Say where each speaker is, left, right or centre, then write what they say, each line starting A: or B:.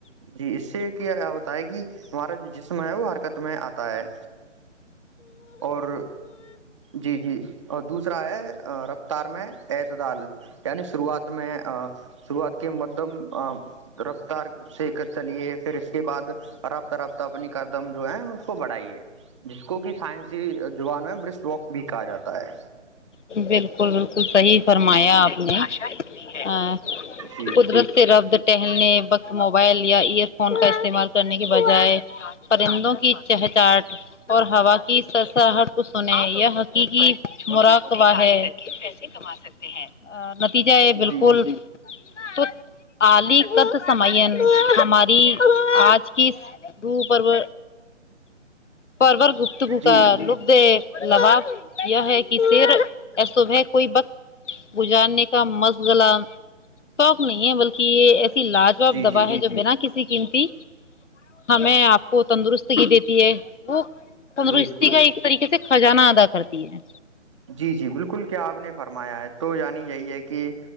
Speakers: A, on the right; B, on the left.
A: جی اس سے ہوتا ہے کہ ہمارا جو جسم ہے وہ حرکت میں آتا ہے اور جی جی اور دوسرا ہے رفتار میں اعت دال کیانی شروات میں شروعات کے مدم رفتار سے چلیے پھر اس کے بعد رابطہ رابطہ اپنی کادم جو ہے اس کو بڑھائیے جس کو کہ سائنسی زبان میں برس واک بھی کہا جاتا ہے
B: بالکل بالکل صحیح فرمایا آپ <unintelligible> ہاں
A: جی
B: کودنستھر ابدٹے <unintelligible> <unintelligible> <unintelligible> <unintelligible> <unintelligible> <unintelligible>
A: جی
B: تو آلی کد سمائی ن ہمماری آج کی ر پرو پررور گپتگ
A: جی
B: کا
A: جی
B: لب دے لباب یہ ہے کہ سیر صب ہے کوئی وقت گزارنے کا مز گلا شوق نہیں ہے بلکہ یہ ایسے لاجواب
A: جی
B: دوا
A: جی
B: ہے جو بنا کسی قیمتی ہمیں آپ کو تندرستگ دیتی ہے وہ تندرستی
A: بالکل
B: کا ایک طریقے سے خزانہ ادا کرتی ہے
A: جی جی بالکل کیا آپ نے فرمایا ہے تو یعنی یہی ہے کہ